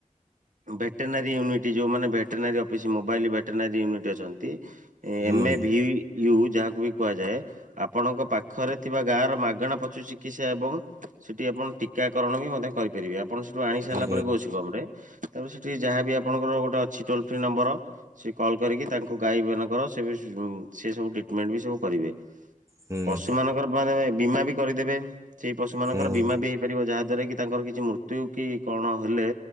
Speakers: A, on the right; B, on the right.
A: ଭେଟେନାରୀ ୟୁନିଟ ଯୋଉମାନେ ଭେଟେନାରୀ ମୋବାଇଲ ଭେଟେନାରୀ ୟୁନିଟ୍ ଅଛନ୍ତି
B: ହୁଁ
A: ଏମ ଏ ଭି ୟୁ ଯାହାକୁ ବି କୁହାଯାଏ। ଆପଣଙ୍କ ପାଖରେ ଥିବା ଗାଁ ର ମାଗଣା ପଶୁ ଚିକିତ୍ସା ଏବଂ ସେଠି ଆପଣ ଟିକାକରଣ ବି ମଧ୍ୟ କରିପାରିବେ ଆପଣ ସେଠୁ ଆଣି ସାରିଲା
B: ହୁଁ
A: ପରେ ଗୋଷି ଗମ ରେ ତାପରେ ସେଠି ଯାହା ବି ଆପଣଙ୍କର ଗୋଟେ ଅଛି ଟୋଲ ଫ୍ରି ନମ୍ବର। ସେ କଲ୍ କରିକି ତାଙ୍କୁ ଗାଈ ମାନଙ୍କର ସେ ସେ ସବୁ ଟ୍ରିଟମେଣ୍ଟ ବି ସବୁ କରିବେ।
B: ହୁଁ
A: ପଶୁ ମାନଙ୍କର ମାନ ବୀମା ବି କରିଦେବେ ସେଇ ପଶୁ ମାନଙ୍କର
B: ହୁଁ
A: ବୀମା ବି ରିବ ଯାହା ଦ୍ଵାରା କି ତାଙ୍କର କିଛି ମୃତ୍ୟୁ କି କଣ ହେଲେ।